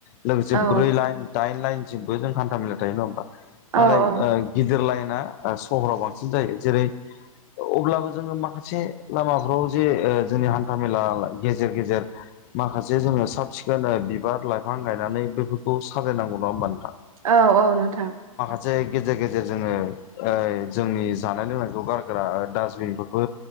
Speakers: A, on the left; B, on the right.
A: लोगोसे
B: औ
A: ब्रै लाइन दाइन लाइनसिमबो जों हान्था मेला थायो नङा होमबा
B: औ
A: नाथाय
B: औ
A: गिदिर लाइन सहराव बांसिन जायो जेरै अब्लाबो जोङो माखासे लामाफ्राव जे ओ जोंनि हान्था मेला गेजेर गेजेर माखासे जोङो साब सिखोन बिबार लाइफां गायनानै बेफोरखौ साजायनांगौ ना होमबा नोंथां
B: औ औ नोंथां
A: जे गेजेर गेजेर जोङो ओ जोंनि जानाय लोंनायखौ गारग्रा डासबिनफोरखौ